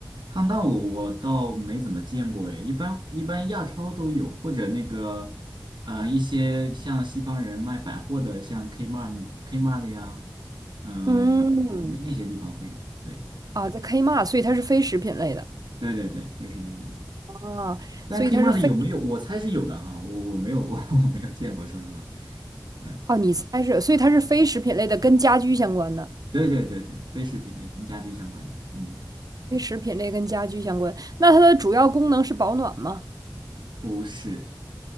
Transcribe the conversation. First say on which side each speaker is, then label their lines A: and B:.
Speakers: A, on the right (about 85°); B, on the right (about 55°).
A: 抗弹我我倒没怎么见过诶，一般一般亚超都有，或者那个呃一些像西方人卖百货的，像 Kmart Kmart 呀，嗯、
B: 嗯，
A: 哦那那些地方会有，对
B: 啊，在 Kmart，所以它是非食品类的。
A: 对对对，奢侈品类的。
B: 啊，
A: 但
B: 所以它是非
A: Kmart 有没有？我猜是有的哈，我我没有我 <laughs> 我没有见过，说实话。嗯，
B: 哦，你猜是，所以它是非食品类的，跟家居相关的，
A: 对对对对，非食品类跟家居相关的，嗯，
B: 非食品类跟家居相关。那它的主要功能是保暖吗？
A: 不是。